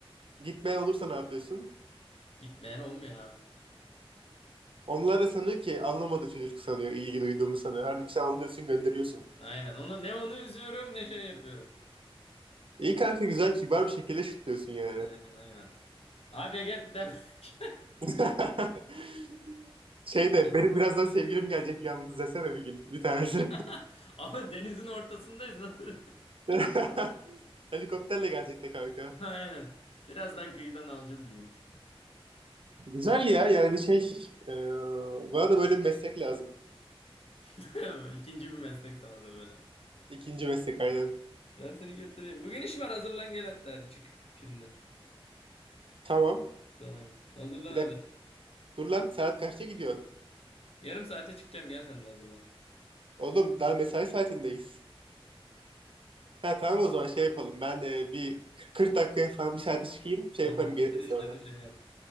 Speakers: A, on the right; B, on the left.
A: Gitmeyen olursa ne yapıyorsun?
B: Gitmeyen olmuyor abi.
A: Onlar da sanıyor ki anlamadı çocuk sanıyor, ilgi duyduğumu sanıyor. Halbuki sen anlıyorsun, gönderiyorsun.
B: Aynen. Onu ne onu üzüyorum ne şey yapıyorum.
A: İyi kanka güzel, kibar bir şekilde şutluyorsun yani.
B: Aynen aynen. Hadi git demek.
A: <laughs> Şey de benim birazdan sevgilim gelecek yalnız desene bir gün bir tanesi.
B: <laughs> Ama denizin ortasındayız. Nasıl?
A: <laughs> Helikopterle gelecek de kanka.
B: <laughs> Aynen. Birazdan kıyıdan alacağız diyeyim.
A: Güzel ya yani şey e, bana da böyle bir meslek lazım.
B: <laughs> İkinci bir meslek sana da böyle.
A: İkinci meslek aynen.
B: Ben seni götüreyim. Bugün iş var hazırlan gel hatta hadi çık şimdi.
A: Tamam.
B: Tamam. Hazırlan
A: Bir dakika.
B: hadi.
A: Dur lan saat kaçta gidiyorsun?
B: Yarım saate çıkacağım gel sen de hazırlan.
A: Oğlum daha mesai saatindeyiz. Ha tamam o zaman şey yapalım. Ben e, bir kırk dakikaya falan bir saate çıkayım. Şey
B: Tamam
A: yaparım gelirim
B: bitir işlerini
A: sonra.
B: şey yap.